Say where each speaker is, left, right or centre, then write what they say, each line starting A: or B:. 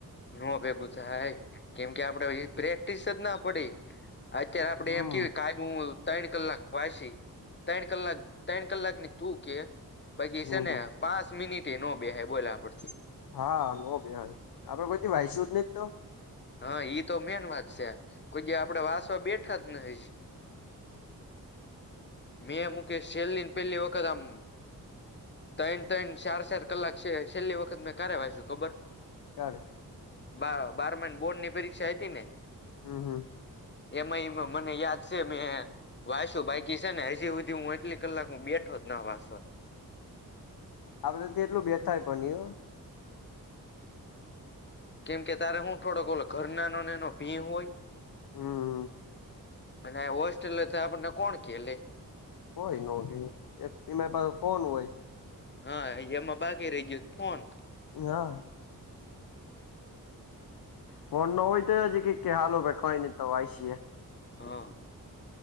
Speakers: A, on the left (about 30°); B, on the left (about 70°).
A: ન ભેગું થાય કેમ કે આપડે પ્રેક્ટિસ જ ના પડી અત્યારે આપડે
B: હમ
A: એમ કેવી કું ત્રણ કલાક પાછી ત્રણ કલાક ત્રણ કલાક ની તું કે બાકી
B: હમ
A: છે ને પાંચ મિનિટ એ ન બેાય બોલા આપડથી
B: હા નો બહાર આપડે કોઈથી વાયસુ જ નહ તો
A: હા ઈ તો મેન વાત છે કોઈ જે આપડે વાસવા બેઠા જ ને હજી મેં મુકેશ છેલ્લીને પેલી વખત આમ તૈણ તણ ચાર ચાર કલાક છે છેલ્લી વખત મેં કારે વાસુ ખબર
B: કર
A: બ બારમાની બોર્ડ ની પરીક્ષા હતી ને
B: હમ હમ
A: એમ એ મને યાદ છે મે વાસું બાઈક કી છે ને હજી સુધી હું એટલી કલાક બેઠો જ ના વાસો
B: આપડે તો એટલું બેઠાય પણ
A: કેમ કે તારે હું થોડોઓલો ઘર નાનો નાનો ભી હોય
B: હમ
A: અને હોસ્ટેલ તો આપણને કોણ કેલે
B: કોય નહો એક એમારી પાસે ફોન હોય
A: હા એમાં બાકી રહી ગયું ફોન
B: હા ફોન હોય તોજ કે હાલ ભાઈ કઈ નઈ તો આય છ
A: હા